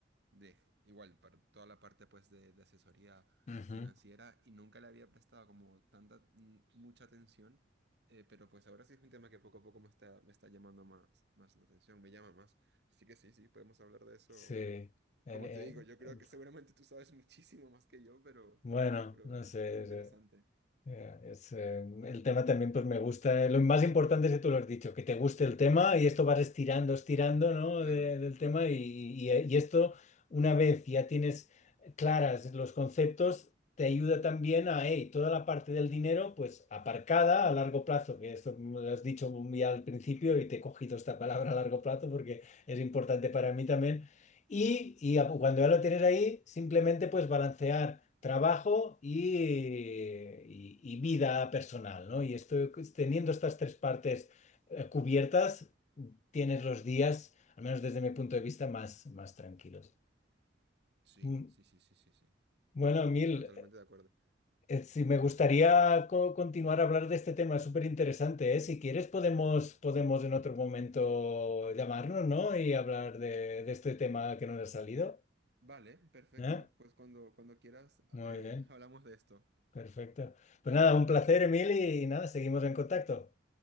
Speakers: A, on the right; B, on the left.
A: de igual, para toda la parte pues de, de asesoría
B: Ujú.
A: financiera y nunca le había prestado como tanta, mm, mucha atención, eh, pero pues ahora sí es un tema que poco a poco me está, me está llamando más, más la atención, me llama más. Así que sí, sí, podemos hablar de eso.
B: Sí. En-
A: Como
B: en-
A: te digo, yo creo
B: en-
A: que seguramente tú sabes muchísimo más que yo, pero,
B: bueno,
A: pero
B: no sé.
A: es muy interesante.
B: Ya, es, eh, el tema también pues me gusta. eh, Lo más importante es que tú lo has dicho, que te guste el tema y esto vas estirando, estirando, ¿no?
A: Claro,
B: de- del tema y, y- y esto una vez ya tienes claras los conceptos, te ayuda también a, hey, toda la parte del dinero pues aparcada a largo plazo, que esto me lo has dicho ya al principio y te he cogido esta palabra a largo plazo porque es importante para mí también. Y, y a- cuando ya lo tienes ahí, simplemente pues balancear trabajo y, y- y vida personal, ¿no? Y esto teniendo estas tres partes eh, cubiertas, tienes los días, al menos desde mi punto de vista, más, más tranquilos.
A: sí,
B: Mm,
A: sí, sí, sí, sí, sí.
B: Bueno, Emil,
A: Totalmente de acuerdo.
B: eh, si me gustaría co- continuar a hablar de este tema, es súper interesante, ¿eh? Si quieres podemos, podemos en otro momento llamarnos, ¿no? Y hablar de, de este tema que nos ha salido,
A: Vale, perfecto.
B: ¿eh?
A: Pues cuando, cuando quieras, ah,
B: Muy
A: eh,
B: bien,
A: hablamos de esto.
B: perfecto. Pues nada, un placer, Emil, y nada, seguimos en contacto.